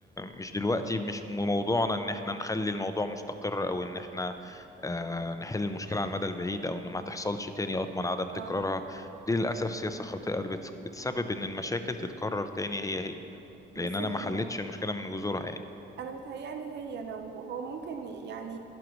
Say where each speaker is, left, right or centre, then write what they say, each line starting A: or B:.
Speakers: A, on the left; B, on the right.
A: مش دلوقتي مش موضوعنا ان احنا نخلي الموضوع مستقر او ان احنا آه، نحل المشكلة على المدى البعيد او ان ما تحصلش تاني اضمن عدم تكرارها
B: اه
A: دي للأسف سياسة خاطئة بت- بتسبب ان المشاكل تتكرر تاني هي هي
B: بص
A: لان انا
B: هي
A: ما حلتش المشكلة من جذورها يعني
B: انا متهيألي هي لو هو ممكن ي- يعني